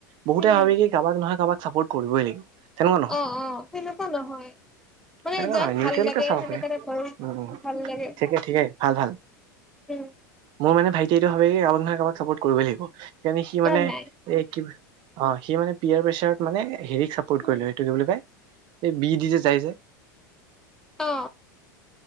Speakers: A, on the right; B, in the centre.
A: বহুতে
B: উম
A: ভাবি কি কাৰোবাক নহয় কাৰোবাক ছাপৰ্ট কৰিবই লাগিব। তেনেকুৱা নহয়
B: অ অ হেনেকুৱা নহয়। মানে
A: তেনেকুৱা
B: যাক
A: নহয় নিউট্ৰেলকে
B: ভাল লাগে
A: চাব
B: হেনেকা
A: পাৰে
B: টাইপৰ
A: উম উম
B: ভাল লাগে।
A: ঠিকে ঠিকে ভাল ভাল
B: উম
A: মোৰ মানে ভাইট স এইটো ভাবে কি কাৰবাক নহে কাৰোবাক চাপৰ্ট কৰিবই লাগিব সেইকাৰণে সি মানে
B: অ নাই
A: এই কি অ সি মানে পিয়াৰ প্ৰেচাৰত মানে হেৰিক চাপৰ্ট
B: উম
A: কৰিলো সেইটো কি বুলি কৈ? সেই বি দিজে জাইজে।
B: অ